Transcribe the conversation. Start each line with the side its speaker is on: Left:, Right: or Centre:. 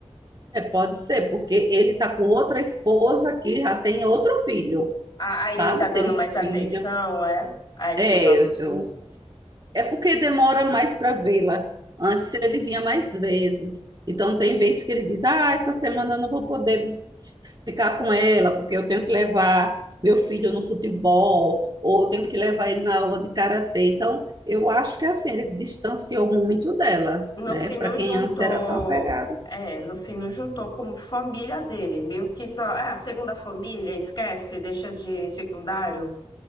Right: É, pode ser, porque ele tá com outra esposa que já tem outro filho,
Left: Ah, Aí
Right: sabe?
Left: ele está dando
Right: Tem um
Left: mais
Right: filho.
Left: atenção, é, a esses
Right: É,
Left: novos filhos.
Right: eu, É porque demora mais para vê-la. Antes ele vinha mais vezes. Então, tem vezes que ele diz: Ah, essa semana eu não vou poder ficar com ela, porque eu tenho que levar meu filho no futebol, ou eu tenho que levar ele na aula de karatê. Então, eu acho que assim, ele distanciou muito dela,
Left: No
Right: né?
Left: fim,
Right: Para
Left: não
Right: quem
Left: juntou.
Right: antes era tão apegada.
Left: É, no fim, não juntou como família dele. Meio que só. É, a segunda família, esquece, deixa de secundário.